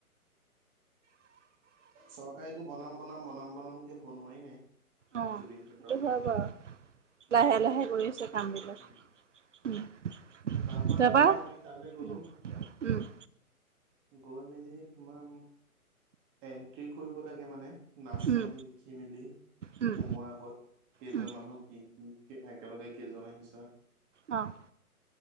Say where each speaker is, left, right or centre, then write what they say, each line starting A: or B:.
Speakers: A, on the right; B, on the right.
A: চৰকাৰেটো বনাম বনাম বনাম বনামকে বনোৱাই নাই।
B: অ'
A: জুবিন ক্ষেত্ৰখন
B: সেইটো হয় আৰু লাহে লাহে কৰি আছে কাম বিলাক।
A: উম,
B: উম
A: তাৰ পৰা
B: যাবা
A: তোমাৰ আমি তালৈ গ'লো
B: উম উম।
A: গৈ মেলি তোমাৰ। এন্ট্ৰি কৰিব লাগে মানে নাম চাম
B: উম
A: লিখি মেলি। সোমোৱাৰ
B: উম
A: আগত কেইজন
B: উম
A: মানুহ কি কি একেলগে কেইজন আহিছা।
B: অ'।